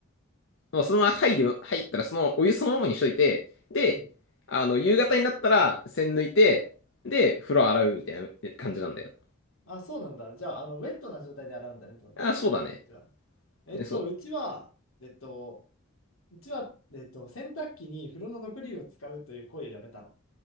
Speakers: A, on the left; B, on the left.
A: もうそのまま入る、入ったらそのお湯そのままにしといて、で、
B: うん。
A: あの、夕方になったら栓抜いて、で、風呂洗うみたいな感じなんだよ。
B: あ、そうなんだ。じゃあ、あの、ウェットな状態で洗うんだね、と、
A: あ、そうだね。
B: そっちは。えっと、
A: えそ
B: うちは、えっと、うちは、えっと、洗濯機に風呂の残りを使うという行為をやめたの。